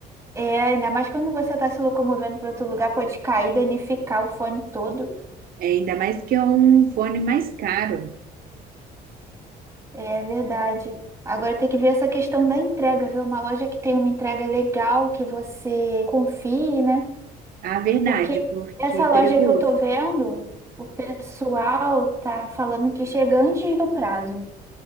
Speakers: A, on the right; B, on the right.
A: É, ainda mais quando você está se locomovendo para outro lugar, pode cair, danificar o fone todo.
B: É, ainda mais que é um fone mais caro.
A: É verdade. Agora tem que ver essa questão da entrega, ver uma loja que tem uma entrega legal, que você confie, né?
B: A verdade,
A: Porque
B: porque
A: essa
B: é
A: loja
B: perigoso.
A: que eu tô vendo, o pessoal tá falando que chega antes do prazo.